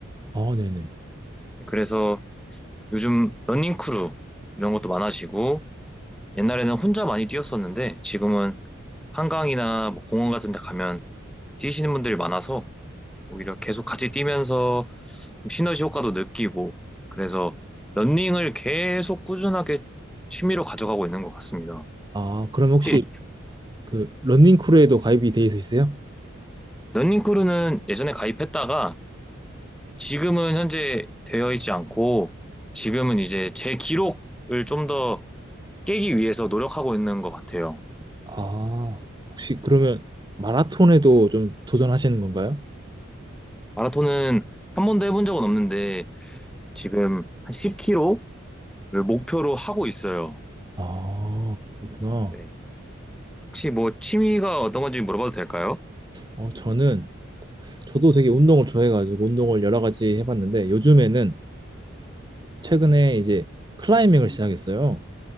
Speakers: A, on the right (about 20°); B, in the centre.
A: 아, 네네.
B: 그래서 요즘 러닝 크루 이런 것도 많아지고 옛날에는 혼자 많이 뛰었었는데 지금은 한강이나 뭐 공원 같은 데 가면 뛰시는 분들이 많아서 오히려 계속 같이 뛰면서 좀 시너지 효과도 느끼고 그래서 런닝을 계속 꾸준하게 취미로 가져가고 있는 것 같습니다.
A: 아, 그럼 혹시
B: 팁,
A: 그 러닝 크루에도 가입이 돼 있으세요?
B: 런닝크루는 예전에 가입했다가 지금은 현재 되어 있지 않고 지금은 이제 제 기록을 좀 더 깨기 위해서 노력하고 있는 것 같아요.
A: 아, 혹시 그러면 마라톤에도 좀 도전하시는 건가요?
B: 마라톤은 한 번도 해본 적은 없는데 지금 한 10km를 목표로 하고 있어요.
A: 아, 그렇구나.
B: 네. 혹시 뭐 취미가 어떤 건지 물어봐도 될까요?
A: 어, 저는, 저도 되게 운동을 좋아해가지고 운동을 여러 가지 해봤는데, 요즘에는 최근에 이제 클라이밍을 시작했어요.